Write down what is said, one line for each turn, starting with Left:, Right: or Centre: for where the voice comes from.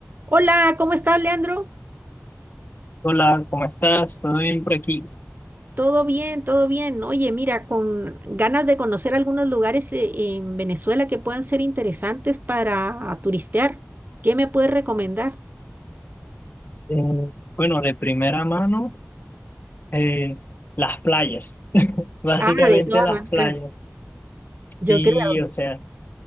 Right: Hola, ¿cómo estás, Leandro?
Left: Hola, ¿cómo estás? ¿Todo bien por aquí?
Right: Todo bien, todo bien. Oye, mira, con ganas de conocer algunos lugares eh, en Venezuela que puedan ser interesantes para turistear. ¿Qué me puedes recomendar?
Left: Eh, bueno, de primera mano, eh, las playas, <laughs> básicamente
Right: Ah, de todas
Left: las
Right: maneras,
Left: playas.
Right: yo
Left: Sí,
Right: creo.
Left: o sea,